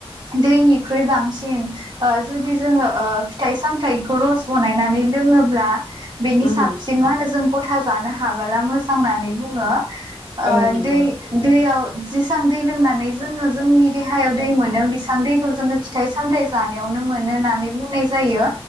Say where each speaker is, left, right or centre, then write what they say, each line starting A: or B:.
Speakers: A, on the right; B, on the left.
A: दैनिख्रुइ बांसिन ओ जुदि जोङो फिथाइ सामथाइखौ रस बानायनानै लोङोब्ला बेनि
B: उम
A: साबसिन मा होनो जों गथा जानो हाबाला मो जां नानै बुङो। ओ
B: औ नंगौ
A: दै दैआव जेसां दै लोंनानै जोङो जोंनि देहायाव दै मोनो बिसान दैखौ जोङो फिथाइ सामथाइ जानायावनो मोनो होननानै बुंनाय जायो।